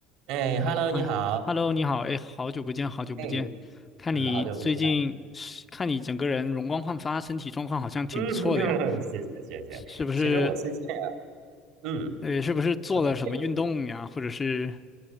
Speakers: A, on the right; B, on the left.
A: 哎，Hello，
B: 哎，哎呀，Hello，
A: 你好。
B: 你好，哎，好久不见，好久不见，
A: 哎，
B: 看你最近
A: 嗯，好久不见。
B: 看你整个人容光焕发，身体状况好像挺不错的呀，
A: 嗯，<laughs> 谢谢谢谢。
B: 是不是？
A: 其实我最近啊，嗯，
B: 呃，是不是做了什么运动呀？
A: 我最近
B: 或者是